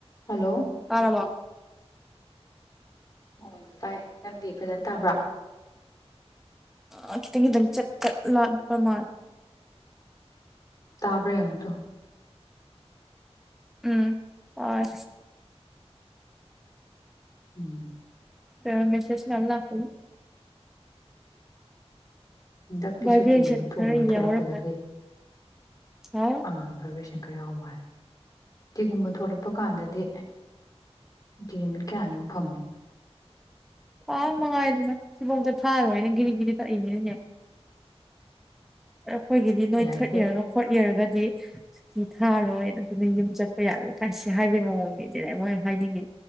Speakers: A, on the left (about 35°); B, in the centre.
A: Hello
B: ꯇꯔꯕꯣ
A: ꯑꯣ ꯇꯥꯏ ꯅꯪꯗꯤ ꯐꯖꯅ ꯇꯥꯕ꯭ꯔꯥ
B: ꯑ ꯈꯤꯇꯪ ꯈꯤꯇꯪ ꯆꯠ ꯆꯠ ꯂꯥꯛꯄ ꯃꯥ
A: ꯇꯥꯕ꯭ꯔꯥꯕ ꯌꯦꯡꯎ ꯇꯨ
B: ꯎꯝ ꯍꯣꯢ
A: ꯎꯝ
B: ꯑ ꯃꯦꯁꯦꯖ ꯃꯌꯥꯝ ꯂꯥꯛꯄꯩ
A: ꯍꯟꯗꯛꯇꯤ
B: ꯚꯥꯏꯕ꯭ꯔꯦꯁꯟ
A: ꯁꯨꯇꯤ ꯊꯣꯝꯕ
B: ꯈꯔ
A: ꯊꯣꯛꯂꯛꯄꯗꯗꯤ
B: ꯌꯥꯎꯔꯝꯃꯅꯤ ꯁꯥꯎ
A: ꯑꯥ ꯚꯥꯏꯕ꯭ꯔꯦꯁꯟ ꯈ ꯈꯔ ꯌꯥꯎ ꯃꯥꯜꯂꯦ ꯁꯨꯇꯤꯒꯨꯝꯕ ꯊꯣꯛꯂꯛꯄ ꯀꯥꯟꯗꯗꯤ ꯁꯨꯇꯤ ꯅꯨꯃꯤꯠ ꯀꯌꯥꯅꯤꯃꯨꯛ ꯐꯪꯉꯦ
B: ꯄꯥ ꯃꯉꯥꯏꯗꯅ ꯊꯤꯕꯣꯡꯗꯣ ꯊꯛꯑꯔꯣꯢꯅ ꯒꯤꯔꯤ ꯒꯤꯔꯤ ꯇꯛꯏꯅꯤꯅꯦ ꯑꯩꯈꯣꯏꯒꯤꯗꯤ ꯅꯣꯏ
A: ꯂꯥꯏꯔꯤꯛꯀꯤ
B: ꯊꯥꯔꯠ ꯏꯌꯥꯔꯒ ꯐꯣꯔꯠ ꯏꯌꯥꯔꯒ ꯗꯤ ꯁꯨꯇꯤ ꯊꯥꯔꯣꯏ ꯑꯗꯨꯅ ꯌꯨꯝ ꯆꯠꯄ ꯌꯥꯔꯣꯏ ꯀꯥꯏꯁꯤ ꯍꯥꯏꯕꯒꯤ ꯃꯑꯣꯡꯅꯤꯁꯤꯅꯦ ꯃꯣꯏꯅ ꯍꯥꯢꯁꯤꯗꯤ